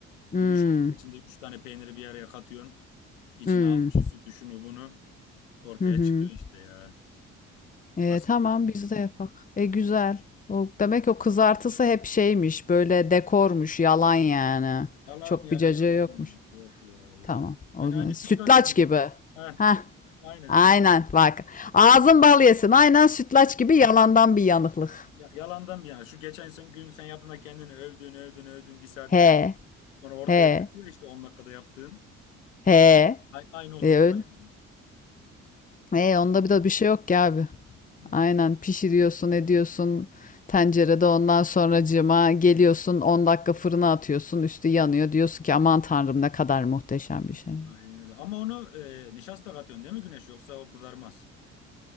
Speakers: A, on the left; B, on the left.
A: Hımm.
B: Yani 3 dakika içinde 3 tane peyniri bir araya katıyorsun. İçine
A: Hımm.
B: al şu sütü şunu bunu ortaya
A: Hı hı.
B: çıkıyor işte ya.
A: E,
B: Basit
A: tamam
B: yani.
A: biz de yapak. E, güzel. O demek o kızartısı hep şeymiş, böyle dekormuş, yalan yani.
B: Yalan
A: Çok
B: ya
A: bir cacığı
B: yalan.
A: yokmuş.
B: Yok ya
A: Tamam.
B: yok. ya.
A: O
B: Yani
A: zaman
B: aynı
A: sütlaç
B: sütlaç gibi.
A: gibi.
B: Heh,
A: Heh.
B: aynen
A: Aynen
B: süt.
A: bak. Ağzın bal yesin. Aynen sütlaç gibi yalandan bir yanıklık.
B: Ya, yalandan bir yana. Şu geçen sen gün sen yaptığında kendini övdün övdün övdün bir saatte
A: He.
B: sonra ortaya
A: He.
B: çıkıyor işte 10 dakikada yaptığın.
A: He.
B: A- Aynı o
A: E
B: sütlaç
A: öyle.
B: gibi.
A: E onda bir de bir şey yok ki abi.
B: Hmm.
A: Aynen pişiriyorsun ediyorsun tencerede ondan sonracığıma geliyorsun 10 dakika fırına atıyorsun üstü yanıyor diyorsun ki aman tanrım ne kadar muhteşem bir şey.
B: Ya, aynen öyle. Ama onu e, nişasta katıyorsun değil mi Güneş? Yoksa o kızarmaz.